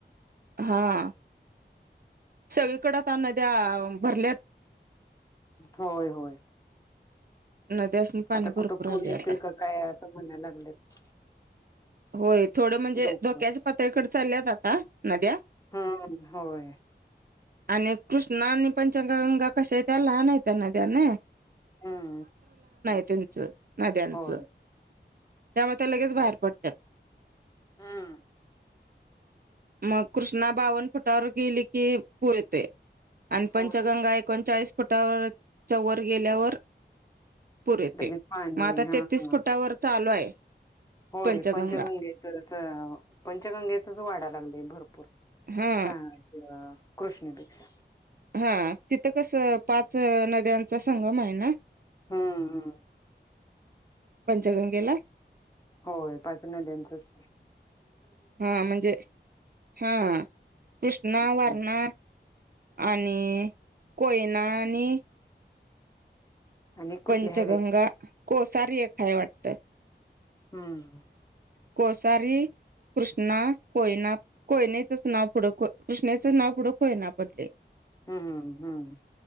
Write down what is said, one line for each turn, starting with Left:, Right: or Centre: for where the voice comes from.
Right: हां. सगळीकडे आता नद्या भरल्यात.
Left: होय होय
Right: नद्या असून पाणी
Left: आता
Right: भरपूर
Left: कुठं पूर
Right: आले
Left: येतोय
Right: आता
Left: का काय असं म्हणायला लागलेत
Right: होय थोडं म्हणजे
Left: लोक
Right: धोक्याच्या पातळीकडे चालल्या जात हा नद्या
Left: हम्म होय
Right: आणि कृष्णा आणि पं चंगा गंगा कशी य लहानयत नद्या ना
Left: हम्म
Right: नद्यांच
Left: होय
Right: त्यामुळे त्या लगेच बाहेर पडतात
Left: हम्म
Right: मग कृष्णा बावन फुटावर गेली की पुरते आणि पंचगंगा
Left: होय
Right: एकोणचाळीस फुटावर चौवर गेल्यावर पूर येते
Left: लगेच पाणी
Right: मग आता
Left: हा
Right: तेतीस
Left: हा
Right: फुटावर चालू आहे
Left: होय
Right: पंचगंगा
Left: पंचगंगेच पंचगंगेचच वाडा लागले भरपूर
Right: हा
Left: सां कृष्णेपेक्षा
Right: हा तिथं कस पाच नद्यांचा संगम आहे ना
Left: हम्म हम्म
Right: पंचगंगेला
Left: होय पाच नदचच
Right: हा म्हणजे हा कृष्णा
Left: असं
Right: वर्णा आणि कोयनानी
Left: आणि कुठले
Right: पंचगंगा
Left: हायवे
Right: कोसार्य खाय वाटतं
Left: हम्म
Right: कोसारी कृष्णा कोयना कोयनेचंच नाव पुढं कृष्णेचं नाव पुढं कोयना पडले
Left: हम्ममम हम्म